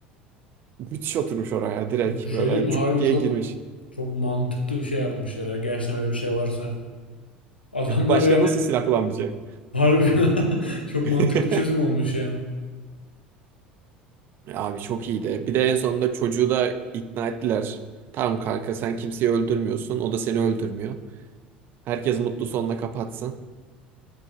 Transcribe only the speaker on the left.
Bir şey
diyeyim mi?
Harbi
çok
çok mantıklı bir şey yapmışlar. ha. Gerçekten öyle bir şey varsa. Adamlar
yani
harbi <laughs> çok mantıklı
bir çözüm olmuş yani.